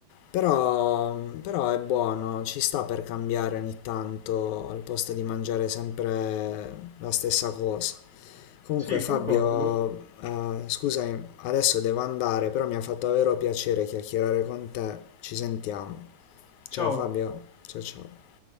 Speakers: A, on the left (about 80°); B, on the left (about 35°).
A: Però, però è buono, ci sta per cambiare ogni tanto al posto di mangiare sempre la stessa cosa. Comunque
B: Sì,
A: Fabio,
B: concordo.
A: eh, scusami, adesso devo andare, però mi ha fatto davvero piacere chiacchierare con te. Ci sentiamo. Ciao
B: Ciao.
A: Fabio, ciao ciao.